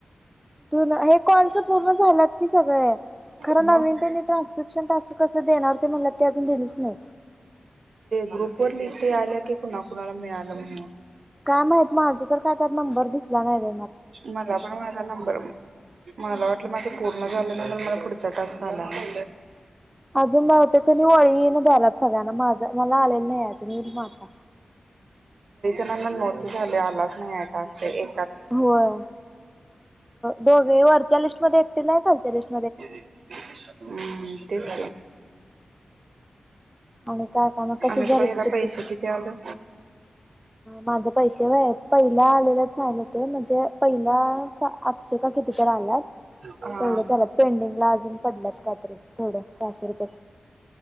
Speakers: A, in the centre; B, on the right.
A: त हे कॉलच पूर्ण झालात कि सगळे
B: मग
A: खर नवीन
B: म
A: त्यांनी ट्रान्स्क्रिप्शन टास्क कस देणार ते मला ते अजून दिलीच नाही.
B: ग्रुप वर लिस्ट ते आल्या की कुणा कुणाला मिळाल म्हणून
A: काय माहत माझं तर काय त्यात नंबर दिसला नाही बाय
B: मला पण माझा नंबर मला वाटलं माझ पूर्ण झालनंतर मला पुढच्या टाास झाला ना
A: अजून म होते तनी वळी न द्यालात सगळ्यांना माझा मला आलेलं नाही अजूनही म आता
B: नो झा आलाच नाहीते ए
A: होय दोघे वरच्या लिस्टमध्येध्ये एकतील आहे खालच्या लिस्ट
B: हम्म तेच
A: आणि काय का मग कशी
B: आणि
A: झाली
B: तुला ह्याला
A: तुझ
B: पैसे
A: ट्रिप
B: किती आलं?
A: माझ पैसे पहिला आलेलंच आलं ते म्हणजे पहिला आठशे का कितीत आल्यात
B: हा.
A: तेवढं झा आलात पेंडिंगला अजून पडलत का तरी थोडं सहाशे रुपय